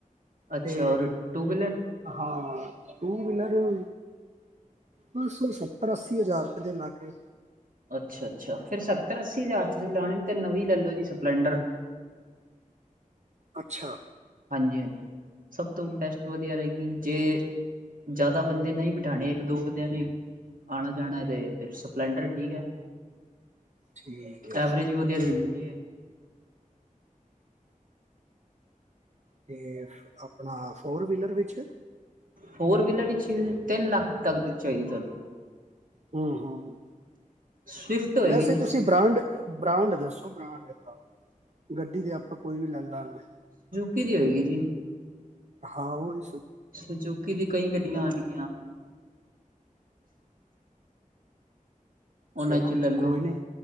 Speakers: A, on the right; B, on the right.
A: ਅੱਛਾ
B: ਤੇ
A: ਔਰ ਟੂ ਵੀਲਰ?
B: ਹਾਂ ਟੂ ਵੀਲਰ ਅ ਬਸ ਔ ਸੱਤਰ ਅੱਸੀ ਹਜ਼ਾਰ ਰੁਪੇ ਦੇ ਲਾਗੇ।
A: ਅੱਛਾ ਅੱਛਾ, ਫੇਰ ਸਤ ਤਰ ਅੱਸੀ ਜ਼ਾਰ ਤੁਸੀਂ ਲੈਣੇ। ਤੇ ਨਵੀਂ ਲੈਲੋ ਜੀ ਸਪਲੈਂਡਰ।
B: ਅੱਛਾ।
A: ਹਾਂਜੀ ਹਾਂਜੀ, ਸਭ ਤੋਂ ਬੈਸਟ ਵਧੀਆ ਰਹੇਗੀ ਜੇ ਜੈਦਾ ਬੰਦੇ ਨਹੀਂ ਬਿਠਾਣੇ ਇੱਕ ਦੋ ਬੰਦਿਆਂ ਨੇ ਆਣੈ ਜਾਣੈ ਤੇ ਫੇਰ ਸਪਲੈਂਡਰ ਠੀਕ ਹੈ।
B: ਠੀਕ ਹੈ
A: ਐਵਰੇਜ ਵੀ ਵਧੀਆ ਦੇਦ ਕੀ ਐ?
B: ਤੇ ਅਪਣਾ ਫੋਰ ਵੀਲਰ ਵਿੱਚ
A: ਫੋਰ ਵੀਲਰ ਈਚ ਤਿੰਨ ਲੱਖ ਤੱਕ ਦੀ ਚਾਹੀਦੀ ਤੁਹਾਨੂੰ।
B: ਹੂੰ ਹੂੰ।
A: ਸਵਿਫਟ ਹੋਏਗੀ
B: ਵੈਸੇ
A: ਜੀ।
B: ਤੁਸੀਂ ਬ੍ਰਾਂਡ ਬ੍ਰਾਂਡ ਦੱਸੋ ਬ੍ਰਾਂਡ ਲਾਓ। ਗੱਡੀ ਤੇ ਆਪਾਂ ਕੋਈ ਵੀ ਲੈ ਲਾਂਗੇ।
A: ਕੀ ਦੀ ਹੋਏਗੀ ਜੀ।
B: ਹਾਂ ਔਹੀ।
A: ਸਜੂਕੀ ਦੀ ਕਈ ਗੱਡੀਆਂ ਆਣਗੀਆਂ। ਉਹਨਾਂ
B: ਚਲੋ
A: ਚੋਂ ਲੈ ਲਓ
B: ਕੋਈ ਨੀ,